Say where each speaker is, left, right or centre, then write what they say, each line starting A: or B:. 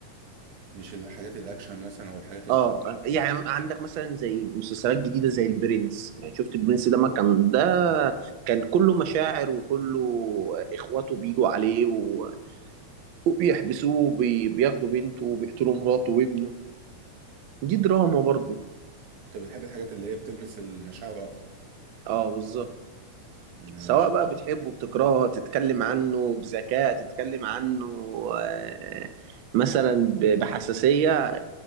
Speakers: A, on the right; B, on the right.
A: مش الحاجات الاكشن مثلا او الحاجات الكوميدي
B: اه آه،
A: اكتر
B: يعني عندك مثلا زي مسلسلات جديده زي البرنس يعني شفت البرنس ده ما كان ده
A: مم.
B: كان كله مشاعر وكله اخواته بيجوا عليه و- وبيحبسوه وبي- بياخدوا بنته وبيقتلوا مراته وابنه دي دراما برضه
A: انت بتحب الحاجات اللي هي بتلمس المشاعر اكتر
B: اه بالظبط
A: مم،
B: سواء
A: مش
B: بقى بتحبه بتكرهه تتكلم عنه بذكاء تتكلم عنه آه، مثلا ب- بحساسية آه،